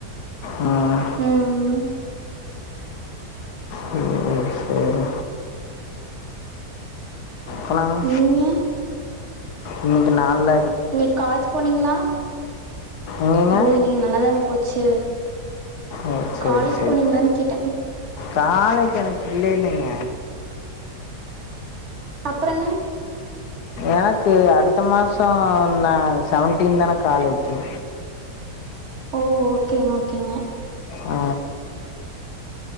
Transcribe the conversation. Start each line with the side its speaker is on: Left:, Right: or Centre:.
Left: அ அ
Right: ம்
Left: சேரி சேரி போனாங்க
Right: நீங்க
Left: இன்னைக்கு நாள்ல
Right: இன்னிக் காலேஜ் போனீங்ளா
Left: எங்கங்க
Right: ஓ இன்னிக்கி நல்லாதானே போச்சு
Left: அ செரி
Right: காலேஜ்
Left: செரி
Right: போனீங்களான்னு கேட்டே
Left: காலேஜ் எனக்கு இல்ல இல்லைங்க
Right: அப்புறங்க
Left: எனக்கு அடுத்த மாசோ நா செவன்டீன் தான காலேஜு
Right: ஓ ஓகேங்க ஓகேங்க
Left: ஆ